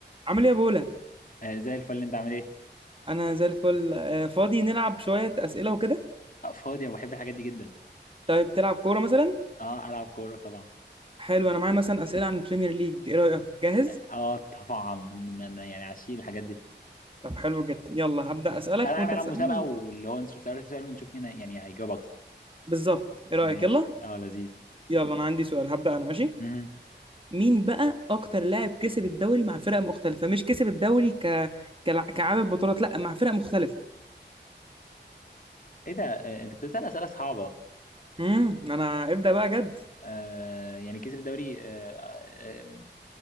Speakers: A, on the right (about 30°); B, on the left (about 45°).
A: عامل ايه يا بولا
B: آه، زي الفل انت عامل ايه
A: انا زي الفل آه، فاضي نلعب شويه اسئله وكده
B: آه، فاضي انا بحب الحاجات دي جدا
A: طيب تلعب كوره مثلا
B: اه العب كوره طبعا
A: حلو انا معايا مثلا اسئله عن البريمير ليج ايه رايك جاهز
B: اه طبعا انا أنا يعني عشيل الحاجات دي
A: طب حلو جدا يلا هبدا اسالك
B: تعالى نعمل
A: وانت
B: عليها
A: تسالني
B: مسابقه واللي هو نس- سؤال سؤال ونشوف مين يعني هيجاوب اكتر
A: بالظبط ايه رايك
B: ماشي
A: يلا
B: اه لذيذ
A: يلا انا عندي سؤال هبدا انا ماشي
B: مهم.
A: مين بقى اكتر لاعب كسب الدوري مع فرق مختلفه مش كسب الدوري ك كلع- كعدد بطولات لا مع فرق مختلفه
B: ايه ده آه، انت بتسال اسئله صعبه
A: امم انا ابدا بقى جد
B: آه يعني كسب الدوري آه آه،